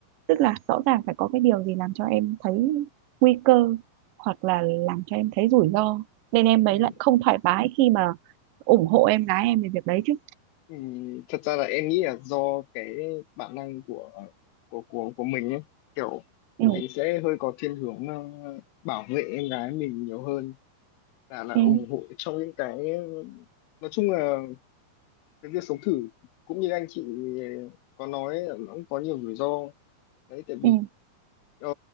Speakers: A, on the right (about 75°); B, on the left (about 80°).
A: tức là rõ ràng phải có cái điều gì làm cho em thấy nguy cơ hoặc là làm cho em thấy rủi ro nên em ấy
B: Ừ.
A: lại không thoải mái khi mà ủng hộ em gái em về việc đấy chứ
B: Ừ, Thật ra là em nghĩ là do cái bản năng của của của của mình ấy, kiểu
A: ừ
B: mình sẽ hơi có thiên hướng ờ, bảo vệ em gái mình nhiều hơn là là
A: ừ
B: ủng hộ trong những cái nói chung là cái việc sống thử cũng như anh chị có nói là nó cũng có nhiều rủi ro đấy tại vì
A: ừ
B: ờ,